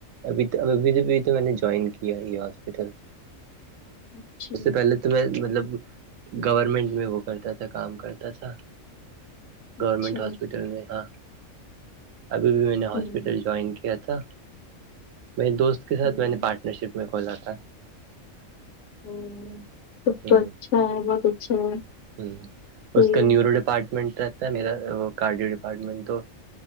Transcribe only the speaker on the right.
ابھی تو اب ابھی تو ابھی تو میں نے جوائن کیا ہے یہ ہاسپٹل
اس سے پہلے تو میں مطلب گورنمنٹ میں وہ کرتا تھا کام کرتا تھا گورنمنٹ
ہاسپٹل میں ہاں ابھی بھی میں نے ہاسپٹل
جوائن کیا تھا میرے دوست کے ساتھ
میں نے پارٹنر شپ میں کھولا تھا
ہ
ہ
اس کا نیورو ڈپارٹمنٹ تھا میرا وہ کارڈیو ڈپارٹمنٹ تو